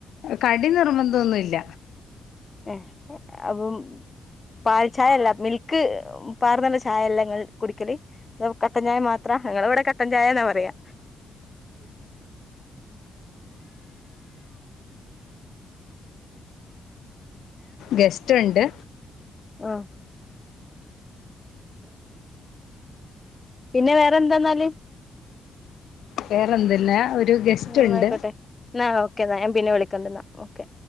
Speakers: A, on the left (about 75°); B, on the left (about 20°).
A: കടി നിർബന്ധമൊന്നുമില്ല
B: ഏ അപ്പം പാൽ ചായയല്ല മിൽക്ക് പാറന്നുള്ള ചായഅല്ലേ നിങ്ങള് കുടിക്കല് കട്ടൻചായ മാത്രാ ഞങ്ങള് ഇവിടെ കട്ടൻ ചായന്നാ പറയാ
A: ഗസ്റ്റ് ഉണ്ട്
B: ആ പിന്നെ വേറെന്താെന്നാല്
A: വേറെന്തെല്ലാം ഒരു ഗസ്റ്റ്
B: ഉം
A: ഉണ്ട്
B: ആയിക്കോട്ടെ ന്നാ ക്കെന്നാ ഞാൻ പിന്നെ വിളിക്കണ്ടിന്നാ ഓക്കെ